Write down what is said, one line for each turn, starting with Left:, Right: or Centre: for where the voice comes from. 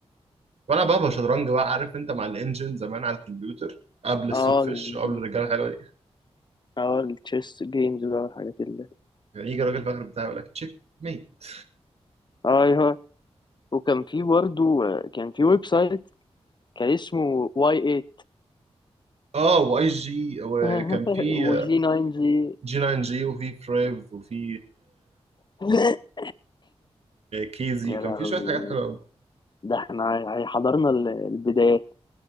Right: وانا بابا شطرنج بقى عارف انت مع الانجن زمان على الكمبيوتر قبل السوق
Left: اه
Right: فيش
Left: ال-
Right: وقبل الرجاله الحلوه دي
Left: اه التشيس جيمز بقى والحاجات اللي
Right: يعني يجي راجل فاخر بتاعي يقول لك تشيك ميت
Left: اه ايوه وكان في برضو كان في ويب سايت كان اسمه واي
Right: اه واي جي وكان
Left: 8
Right: في
Left: <laughs> وجي 9 جي
Right: جي 9 جي وفي بريف وفي
Left: <laughs>
Right: كيزي
Left: يا
Right: كان
Left: لهوي
Right: في شويه حاجات حلوه قوي
Left: ده احنا ع- حضرنا ال- البدايات